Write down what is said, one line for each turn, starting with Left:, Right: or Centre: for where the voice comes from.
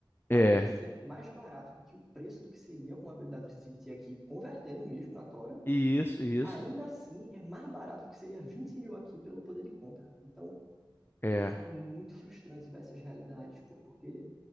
Centre: Além
Left: é.
Centre: de ser mais barato do que o preço do que seria uma BMW 320 aqui, convertendo mesmo na Tora,
Left: Isso, isso.
Centre: ainda assim é mais barato do que seria 20 mil aqui pelo poder de compra. Então,
Left: É,
Centre: Cara, é muito frustrante ver essas realidades, pô, porque